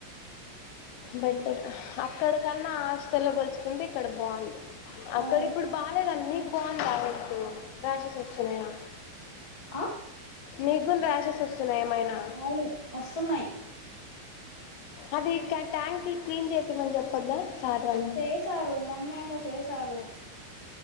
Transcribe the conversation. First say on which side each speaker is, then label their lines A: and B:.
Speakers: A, on the left; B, on the left.
A: బెడర్ అక్కడకన్నా హాస్టల్లో పోల్చుకుంటే ఇక్కడ బాగుంది అక్కడ
B: అవు
A: ఇప్పుడు బాగాలేదు అన్నీ బాగుందిా వెెస్త రాషెస్ వస్తున్నాయా
B: ఆ
A: నీకు కూడా ర్యాషెస్ వస్తున్నాయా ఏమైనా
B: అవును వస్తున్నాయి
A: అది ట్యాంక్ క్లీన్ చేసిమని చెప్పొద్దా సార్ వాళ్ళు
B: చేసారు మొన్నేమో చేసారు